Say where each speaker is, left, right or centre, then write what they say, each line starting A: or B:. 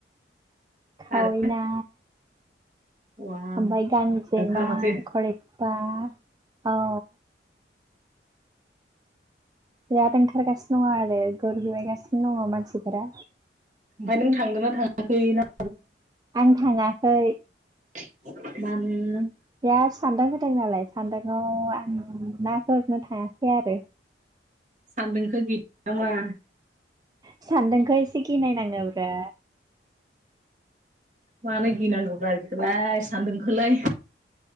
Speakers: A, on the right; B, on the right.
A: खावैना
B: आरो हौवा
A: ओमफ्राय गांजेमा
B: ओंखार माथो
A: खरिपा औ बिराद ओंखारगासिनो दङ आरो गुरहैगासिनो दङ मानसिफोरा
B: ओमफ्राय नों थांदों ना थाङाखै ना
A: आं थाङाखै
B: <inaudible>
A: बिराद सान्दुं होदों नालाय सान्दाङाव आं ना गुरनो थाङाखै आरो
B: सान्दुंखौ गिदों नामा
A: सान्दोंखौ एसे गिनायनांगौब्रा
B: मानो गिनांगौब्रा बेखौलाय सान्दों खौलाय